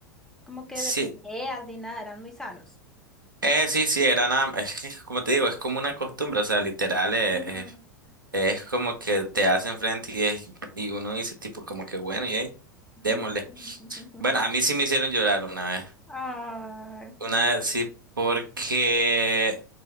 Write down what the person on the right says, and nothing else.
Sí.
Eh, sí, sí, era nada. Es que, como te digo, es como una costumbre. O sea, literal, eh,
eh, es como que te hacen frente y, es- y uno dice, tipo, como que bueno, y ahí,
démosle. Bueno, a mí sí me hicieron llorar una vez.
Una
vez sí, porque